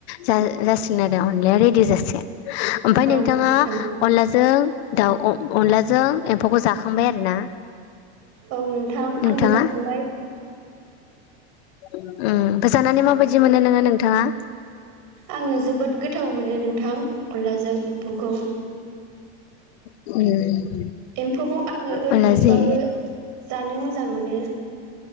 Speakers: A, on the left; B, on the right.
A: जा जासिगोन अनलाया रेडि जासिगोन। ओमफाय
B: औ
A: नोंथाङा
B: नोंथां
A: अनला जों दाउ अनलाजों एम्फौखौ जाखांबाय आरो ना।
B: औ नोंथां
A: नोंथाङा
B: आंबो जाखांबाय।
A: उम फाय जानानै माबायदि मोनदो नोङो नोंथाङा?
B: आङो जोबोद गोथाव मोनो नोंथां अनलाजों एम्फौखौ।
A: उम।
B: एम्फौखौ आङो ओरैनोबाबो
A: अनलाजों
B: जानो मोजां मोनो